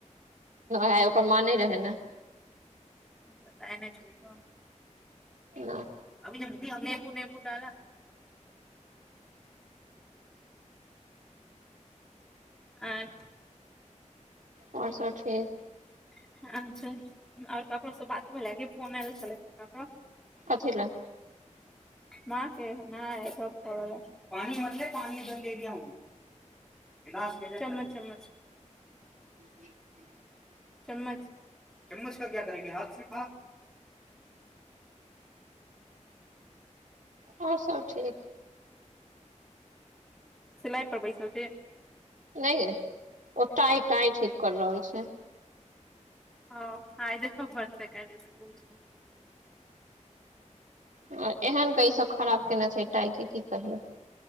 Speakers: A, on the right; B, in the centre.
A: नै ओकर मां नै रहै नेै।
B: तऽ पैर नै छुलकौउ।
A: नैै
B: अभ्युद्यु निबू नेबू डाला? आँय
A: और सब ठीक।
B: अच्छा और ककरो से बात भेल ए की फोन एल छलै ककरो?
A: कथी लए
B: माँ के नाइ सब पानी भर ले पानी इधर ले केया हूँ। गिलास केकरा कहैछै चम्मच -चम्मच।
A: ह ह <inaudible>
B: चम्मच चम्मच का किया करेगी हाथ से खाउ।
A: हँ सब ठीक।
B: सिलाइ पर बैसल छी?
A: नै ए ओतऽ आइ टाइ ठीक कर रहल छी।
B: हँ आइ देखअ <unintelligible> काइल स्कूल छै।
A: अ एहन के इसब खराब केने छै टाइके की कहियौ।